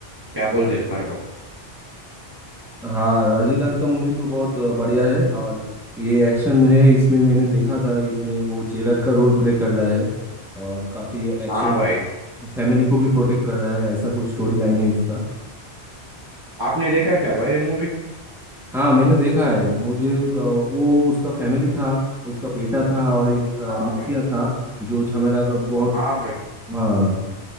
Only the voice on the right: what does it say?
क्या बोलते इस बारे पर
हाँ भाई
आपने देखा क्या भाई मूवी
हाँ
भाई
हाँ भाई